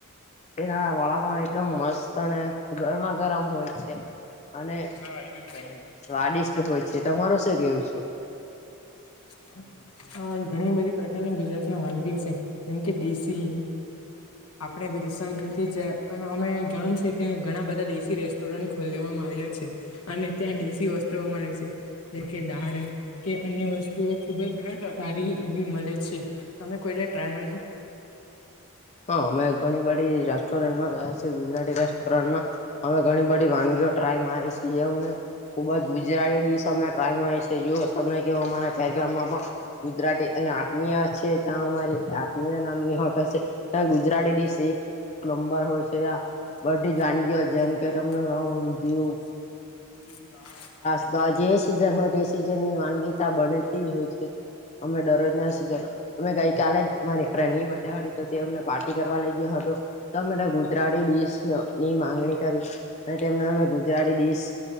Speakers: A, on the left; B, on the left.
A: એના વડાપ એકદમ મસ્ત અને ગરમા ગરમ હોય છે અને.
B: હા આઈ બિલકલયુ.
A: સ્વાદિષ્ટ હોય છે તમારું શું કેવું છો.
B: <unintelligible> ઘણી બધી પ્રકારની ગુજરાત ના વાનગીઓ છે જેમ કે દેશી. આપણે વિલથી અમે ગ છે ત્યા ઘણા બધા દેશી રેસ્ટોરન્ટ ખોલવામાં આવ્યા છે. અને ત્યાં દેશી વસ્ત્રુઓ મળે છે જેમ કે દાળ કે અન્ય વસ્તુ. તો ખુબ જ સારી એવી મળે છે તમે કોઈ ટ <unintelligible>
A: હા અમે ઘણી બડી રેસ્ટોરન્ટમાં ગયા છી. ગુજરાતી રેસ્ટોરમાં અમે ઘણી બધી વાનગીઓ ટ્રાય મારી છે એ. ખુબ જ ગુજરાતી ડીશ અમે ટ્રાય છેઓ તને ક અમારા ખેરગામમાં પણ. ગુજરાતી અહીં આત્મીયા છે ત્યાં અમારી આત્મીય નામની હોટલ છે. ત્યાં ગુજરાતી દસ એક પ્લમ્બર હોય છે.
B: બ
A: બધી જ
B: જાણી
A: વાનગીઓ
B: ગણીપટમાં
A: જેમ કે તમને ઊંધિયું
B: હ પુરી ર
A: તો આ જે સિઝન હોય તે સિઝન ની વાનગીતા બનેતી જ હોય છે અમે દરરોજના સિઝન. અમે ગઈકાલે જ મારી ફ્રેન્ડની બર્ ડે હતી તો તે અમને પાર્ટી કરવા લઈ ગયો હતો તો અમે ગુજરાત. ની માંગણી કરી અને તેમનામ ગુજરાતીડીશ.